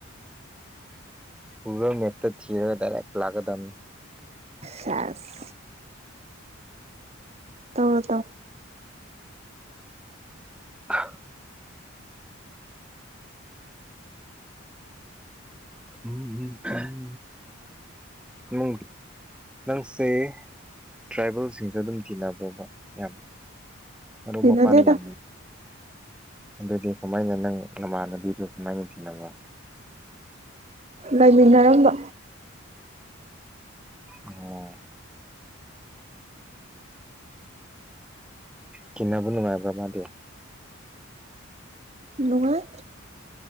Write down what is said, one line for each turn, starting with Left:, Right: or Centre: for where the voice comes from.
Centre: ꯄꯨꯔꯣ ꯃꯇ ꯊꯒꯗꯔꯦ ꯂꯒꯗꯝꯅꯦ
Right: ꯁꯥꯁ ꯇꯔꯗ
Centre: <inaudible> ꯎꯝ ꯍꯝ <inaudible> ꯅꯪꯁꯦ ꯇ꯭ꯔꯥꯏꯕꯦꯜꯁꯤꯡꯁꯨ ꯑꯗꯨꯝ ꯀꯤꯟꯅꯅꯕꯣꯕ ꯌꯥꯝ ꯑꯗꯨ
Right: ꯇꯤꯟꯅꯗꯦꯗ
Centre: ꯃꯄꯥꯟ ꯌꯥ ꯑꯗꯨꯗꯤ ꯀꯃꯥꯏꯅ ꯅꯪ ꯅꯃꯥꯟꯅꯕꯤꯗꯨ ꯀꯃꯥꯏꯅ ꯊꯤꯅꯕ
Right: ꯂꯩꯃꯤꯟꯅꯔꯝꯕ
Centre: ꯑꯣ ꯀꯟꯅꯕꯨꯅꯅꯨꯡꯃꯥꯏꯕ꯭ꯔꯃꯗꯤ
Right: ꯅꯨꯡꯉꯥꯏ